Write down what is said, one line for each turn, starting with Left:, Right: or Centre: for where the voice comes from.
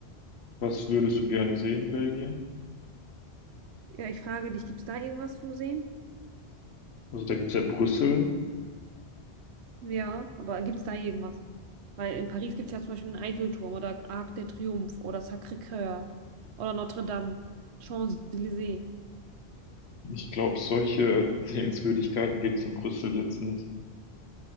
Left: was würdest du gerne sehen in Belgien?
Right: Ja, ich frage dich, gibt es da irgendwas zum Sehen?
Left: Also da gibt's ja Brüssel.
Right: Ja, aber gibt es da irgendwas? Weil in Paris gibt es ja zum Beispiel den Eiffelturm oder Arc de Triomphe oder Sacré-Cœur oder Notre-Dame, Champs-Élysées.
Left: Ich glaube, solche <laughs> Sehenswürdigkeiten gibt's in Brüssel jetzt nicht.